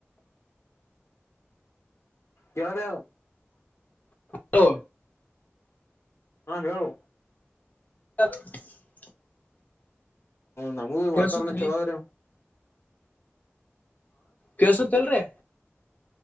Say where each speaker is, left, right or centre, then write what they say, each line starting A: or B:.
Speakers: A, on the left; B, on the left.
A: ಕವಟ
B: ಹಲೋ
A: ಹಾ ಹೇಳು
B: ಹ
A: ನಮಗೆ
B: ಕೇಳ್ಸುತ್ರಿ
A: ವಾತಾವರಣ ಚೊಲಾಾದರ
B: ಕಸತ್ಲ್ರಿ